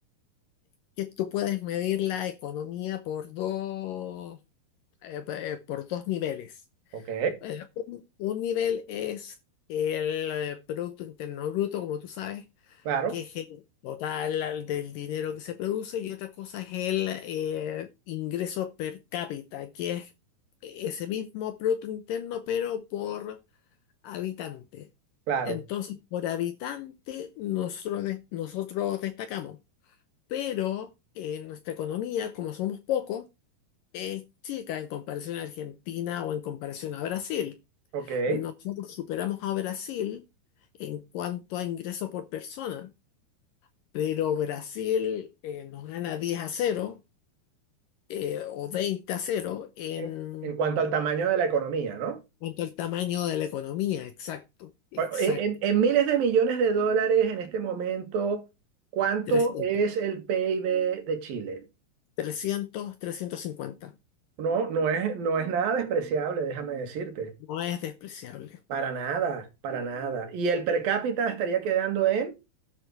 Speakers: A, on the left; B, on the right.
A: Que tú puedes medir la economía por dos, eh, eh, por dos niveles.
B: Ok,
A: Eh, Un un nivel es el eh, Producto Interno Bruto, como tú sabes,
B: claro,
A: que es el total al- del dinero que se produce, y otra cosa es el eh, ingreso per cápita, que es ese mismo Producto Interno, pero por habitante.
B: claro,
A: Entonces, por habitante, nosotros, de- nosotros destacamos, pero en nuestra economía, como somos pocos, es chica en comparación a Argentina o en comparación a Brasil.
B: ok.
A: Nosotros superamos a Brasil en cuanto a ingreso por persona, pero Brasil eh, nos gana 10 a cero eh, o 20 a cero en
B: En, en cuanto al tamaño de la economía, ¿no?
A: cuanto al tamaño de la economía, exacto, exacto.
B: O- En, en- en miles de millones de dólares en este momento, ¿cuánto
A: Trescientos,
B: es el PIB de Chile?
A: trescientos, trescientos cincuenta.
B: No, no es, no es nada despreciable, déjame decirte.
A: No es despreciable.
B: Para nada, para nada. Y el per cápita estaría quedando en...